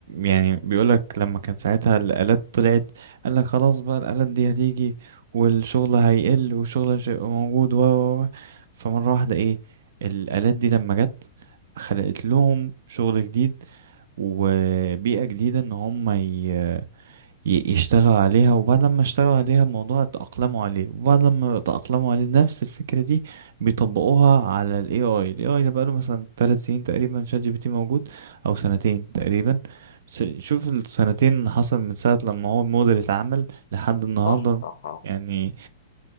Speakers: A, on the right; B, on the left.
A: يعني بيقولك لما كان ساعتها الآلات طلعت قالك خلاص بقى الآلات دي هتيجي والشغل هيقل والشغل مش هيبقى موجود و و و. فمرة واحدة ايه الآلات دي لما جت خلقت لهم شغل جديد وبيئة جديدة ان هم ي... ي- يشتغل عليها وبعد ما اشتغلوا عليها الموضوع اتأقلموا عليه وبعد ما اتأقلموا عليه نفس الفكرة دي بيطبقوها على ال AI ال AI ده بقاله مثلا تلات سنين تقريبا شات جي بي تي موجود أو سنتين تقريبا س- شوف السنتين اللي حصل من ساعة لما هو الموديل اتعمل لحد النهاردة
B: صح صح آه.
A: يعني